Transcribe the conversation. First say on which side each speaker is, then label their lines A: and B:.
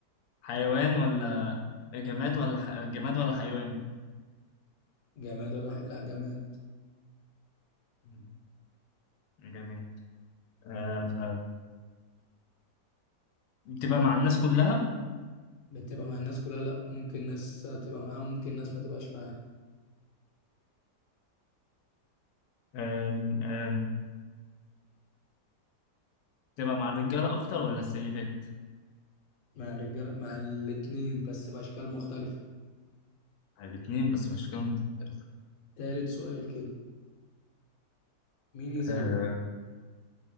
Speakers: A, on the left (about 90°); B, on the left (about 65°).
A: حيوان ولا جماد ولا ح... جماد ولا حيوان
B: جماد ولا ح- لا جماد
A: مم. جماد آه آه. بتبقى مع الناس كلها
B: بتبقى مع الناس كلها لا ممكن ناس تبقى معاها وممكن ناس ما تبقاش معاها
A: آه آه. تبقى مع الرجالة أكتر ولا السيدات؟
B: مع الرجاله مع الاتنين بس باشكال مختلفه
A: مع الاتنين بس بشكل مختلف
B: تالت سؤال كده مين يزوج
A: آه